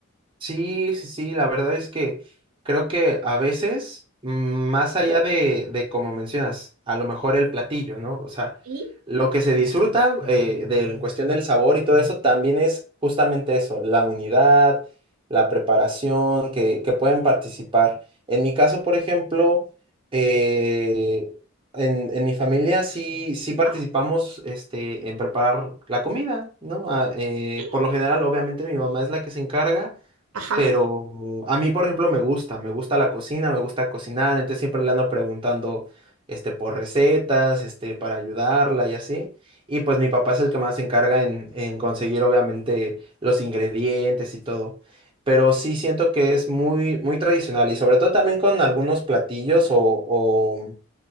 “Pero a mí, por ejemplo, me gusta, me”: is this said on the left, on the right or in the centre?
Right